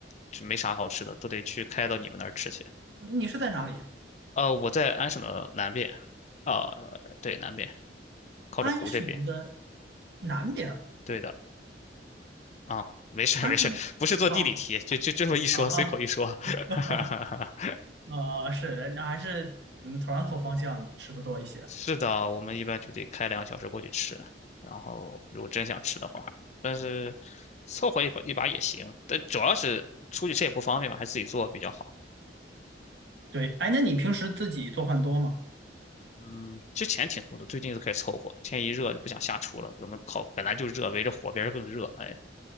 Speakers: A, on the left; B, on the right.
A: 就没啥好吃的，都得去开到你们那儿吃去。
B: 你是在哪里啊？
A: 呃，我在安省的南边，啊、对，南边靠着湖这边。
B: 安省的南边儿，
A: 对的，啊，没事儿没事儿不是做地理题，
B: 安省啊
A: 就就这么一说，
B: 啊啊
A: 随口一说。<laughs>
B: <laughs> 啊，是那还是嗯，头上头方向吃的多一些。
A: 是的，我们一般就得开两个小时过去吃，然后如果真想吃的话，但是凑合一把一把也行。但主要是出去吃也不方便嘛，还是自己做比较好。
B: 对，哎，那你平时自己做饭多吗？
A: 嗯，之前挺多的，最近就开始凑合了天一热就不想下厨了，可能烤本来就热，围着火边儿更热。哎，